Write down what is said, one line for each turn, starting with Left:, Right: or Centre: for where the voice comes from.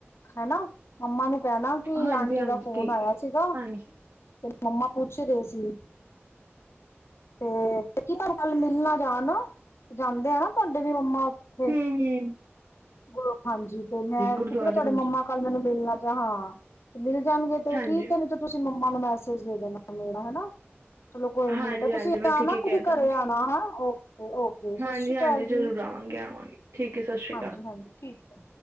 Left: ਹਨਾ ਮੰਮਾ ਨੂੰ ਭੈਣਾ ਕਿ
Right: ਹਾਂਜੀ
Left: ਆਂਟੀ
Right: ਹਾਂਜੀ
Left: ਦਾ ਫੋਨ
Right: ਠੀਕ
Left: ਆਇਆ
Right: ਹੈ
Left: ਸੀਗਾ ਤੇ
Right: ਹਾਂਜੀ
Left: ਮੰਮਾ ਪੁੱਛ ਰਹੇ ਸੀ। ਤੇ ਕੀ ਤੁਹਾਨੂੰ ਕੱਲ ਮਿਲਣਾ ਜਾਣ ਜਾਂਦੇ ਆ ਨਾ ਤੁਹਾਡੇ ਵੀ ਮੰਮਾ ਉੱਥੇ
Right: ਹਮ ਹਮ
Left: ਗਲ ਹਾਂਜੀ ਤੇ ਮੈਂ
Right: ਗੁਰਦੁਆਰੇ
Left: ਕਿਤੇ ਨਾ ਤੁਹਾਡੇ
Right: ਮਿਲ
Left: ਮੰਮਾ
Right: ਜਾ,
Left: ਕੱਲ ਮੈਨੂੰ ਮੇਿਲਣਾ ਹਾਂ ਮਿਲ ਜਾਣਗੇ ਤੇ
Right: ਹਾਂਜੀ
Left: ਠੀਕ ਨਹੀਂ ਤੇ ਤੁਸੀਂ ਨੂੰ ਮੈਸੇਜ ਦੇਣਾ ਚਲੋ ਕੋਈ ਨੀ
Right: ਹਾਂਜੀ
Left: ਬੇਟਾ
Right: ਹਾਂਜੀ
Left: ਤੁਸੀਂ
Right: ਮੈਂ
Left: ਆਣਾ
Right: ਠੀਕ ਹੀ ਕਹਿ
Left: ਕਦੇ
Right: ਦਾਂਗੀ
Left: ਘਰੇ ਆਣਾ ਓ ਓਕੇ ਸਤਿ
Right: ਹਾਂਜੀ
Left: ਸ਼੍ਰੀ ਅਕਾਲ
Right: ਹਾਂਜੀ
Left: ਜੀ
Right: ਜ਼ਰੂਰ ਆਵਾਂਗੇ ਆਵਾਂਗੇ ਠੀਕ ਹੈ ਸਤਿ ਸ਼੍ਰੀ
Left: ਹਾਂਜੀ
Right: ਅਕਾਲ
Left: ਹਾਂਜੀ ਠੀਕ ਹੈ